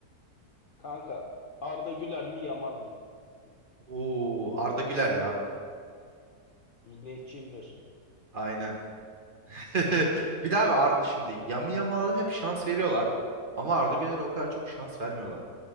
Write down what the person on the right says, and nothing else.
Oo, Arda Güler ya.
Aynen. <laughs> Bir daha abi Arda şimdi Yami Yamal'a hep şans veriyorlar. Ama Arda Güler'e o kadar çok şans vermiyorlar.